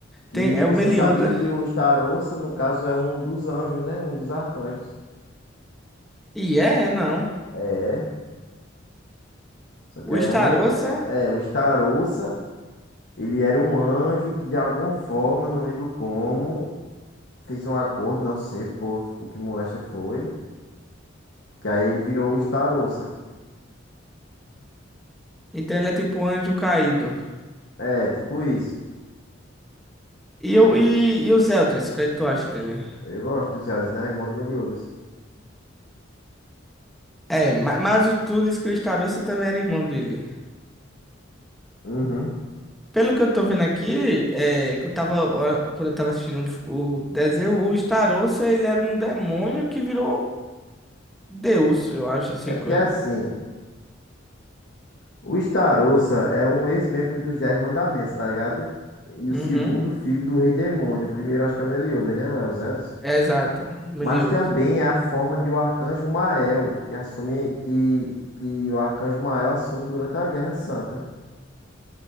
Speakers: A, on the left; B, in the centre.
A: Que
B: Tem, é
A: você
B: o Meliodas.
A: sabia que os Tarossa, no caso, é um dos anjos, né? Um dos arcanjos.
B: E é, é não.
A: É. Só que
B: O
A: aí
B: Starossa,
A: é um. ro- É, é, o Starouça, ele era um anjo que de alguma forma, não lembro como, fez um acordo, não sei por, o que moléstia foi. Que aí ele virou o Starouça.
B: então ele é tipo um anjo caído.
A: É, tipo isso.
B: E,
A: Tipo,
B: o e, e os Eldris, o que é que tu acha dele?
A: eu gosto dos Hades, né? Irmão do Meliodas.
B: É, ma- mas, o- tu disse que o Starossa também era irmão dele.
A: Uhum.
B: Pelo que eu tô vendo aqui, é, que eu tava, ó, quando eu tava assistindo um o desenho, o Starossa, ele era um demônio que virou Deus, eu acho, assim,
A: É porque
B: coisa.
A: assim, o Starouça é um ex-membro dos Dez Mandamentos, tá ligado? E o
B: Uhum.
A: segundo filho do Rei Demônio. O primeiro acho que é o Meliodas, né? Ou é o Zé?
B: É, exato, Meliodas.
A: Mas também é a forma de o Arcanjo Mael, que assume que, que o Arcanjo Mael assume durante a Guerra Santa.